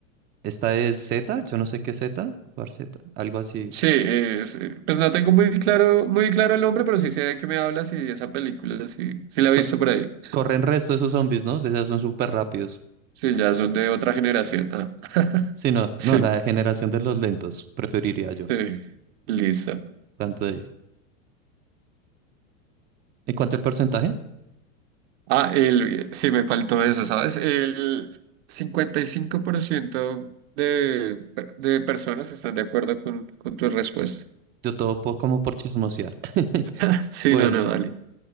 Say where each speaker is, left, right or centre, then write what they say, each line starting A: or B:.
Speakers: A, on the right; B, on the right.
A: Esta es Z, yo no sé qué es Z, War Z, algo así.
B: Sí, eh, es- eh, pues no tengo muy claro, muy claro el nombre, pero sí sé de qué me hablas y esa película, sí, sí la
A: So-
B: he visto por ahí.
A: corren resto esos zombies, ¿no? O sea, son súper rápidos.
B: Sí, ya son de otra generación. Ah, <laughs>
A: Sí, no,
B: sí,
A: no, la generación de los lentos, preferiría yo.
B: sí, listo.
A: ¿Cuánto de- ¿En cuanto al porcentaje?
B: Ah, el, sí, me faltó eso, ¿sabes? El 55% de, de personas están de acuerdo con, con tu respuesta.
A: Yo todo po- como por chismosear. <laughs>
B: <laughs> Sí,
A: Bueno,
B: no, no, dale.